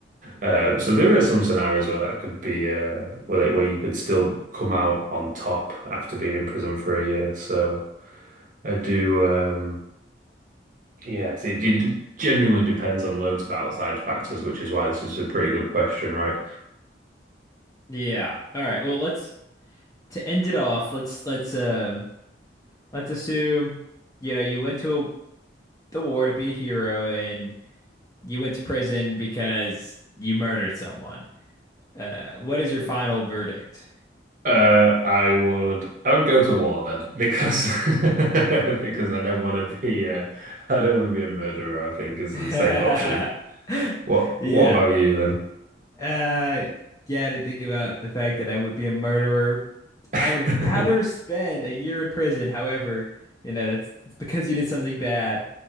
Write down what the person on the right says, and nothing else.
uh so there are some scenarios where that could be uh where like, where you could still come out on top after being in prison for a year. So I do um Yes, it, it genuinely depends on loads of outside factors, which is why this is a pretty good question, right?
Uh, I would I would go to war then because <laughs> because I don't want to be uh, I don't want to be a murderer, I think is
the safe option. What
what about you
then?
<laughs>